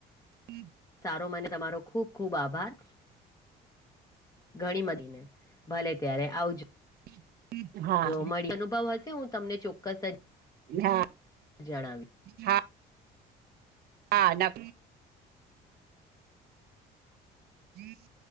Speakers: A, on the right; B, on the left.
A: હમ્મ
B: સારો મને તમારો ખુબ ખુબ આભાર ઘણી બધીને ભલે ત્યારે આવજો
A: <inaudible> હા
B: જોવા મળી અનુભવ હશે હું તમને ચોક્કસ જ
A: હા
B: જણાવી
A: હા હા ના જીસ